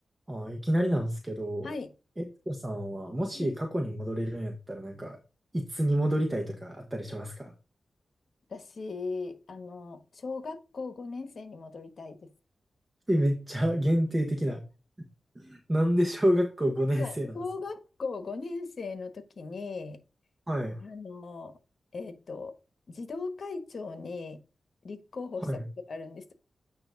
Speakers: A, on the right (about 25°); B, on the left (about 50°).
A: あ、いきなりなんですけど、
B: はい。
A: えつこさんはもし過去に戻れるんやったらなんか、
B: はい
A: いつに戻りたいとかあったりしますか
B: 私、あの、小学校5年生に戻りたいです。
A: <laughs> え、めっちゃ限定的な。<laughs> なんで小学校5年生なんですか
B: なんか、小学校5年生の時に、
A: <laughs> はい。
B: あの、えっと、児童会長に立候補したことがあるんです。
A: はい。